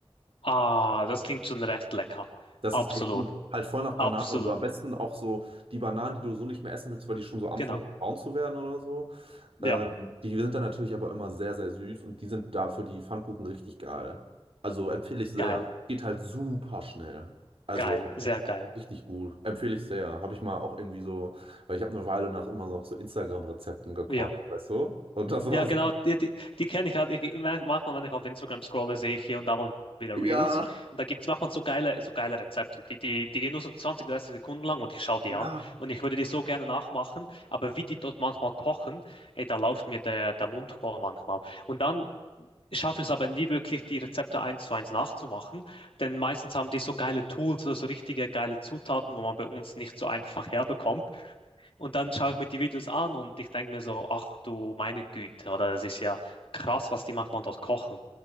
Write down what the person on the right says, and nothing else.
Das
ist echt gut. Halt voll nach
Banane und so. Am besten auch so die Bananen, die du so nicht mehr essen willst, weil die schon so anfangen
braun zu werden oder so.
Ähm, die sind dann natürlich aber immer sehr, sehr süß und die sind da für die Pfannkuchen richtig geil. Also empfehle ich sehr.
Geht halt super schnell. Also
richtig gut. Empfehle ich sehr. Habe ich mal auch irgendwie so, weil ich habe eine Weile nach immer noch so Instagram-Rezepten gekocht,
weißt du? Und das war
so.
Ja,
ja.